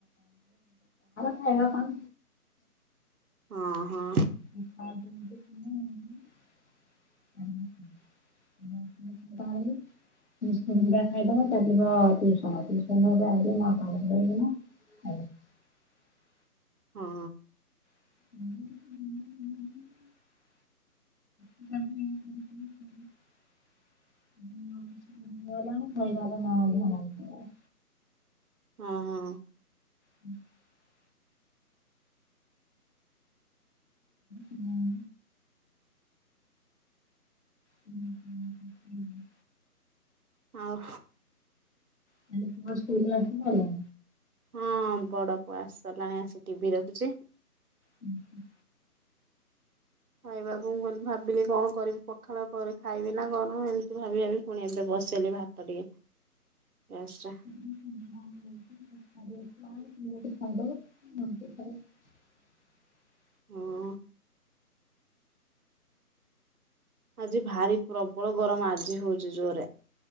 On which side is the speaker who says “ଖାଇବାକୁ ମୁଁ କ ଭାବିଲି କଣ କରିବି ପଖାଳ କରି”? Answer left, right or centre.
Right